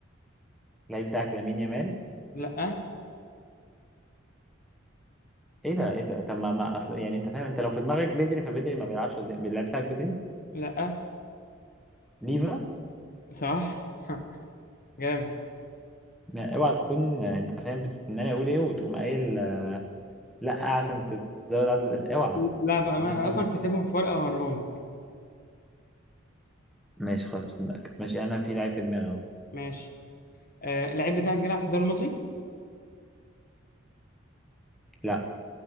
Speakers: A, in the centre; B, on the left (about 45°).
A: لعيب بتاعك لامين يامال
B: لا
A: ايه ده ايه ده طب ما, ما اصل يعني انت فاهم انت لو في دماغك بدري فبدري ما بيلعبش قدام- اللعيب بتاعك بدري
B: لا
A: ليفا
B: صح <laughs> جامد
A: ما اوعى تكون آه، انت فاهم بتستناني اقول ايه وتقوم قايل آه، لا عشان تزود عدد الاسئله اوعى
B: لا بقى
A: عايزين
B: ما انا
A: خم
B: اصلا كاتبهم في ورقه وهوريهم لك
A: ماشي خلاص بصدقك ماشي انا في لعيب في دماغي اهو
B: ماشي آه اللعيب بتاعك بيلعب في الدوري المصري
A: لا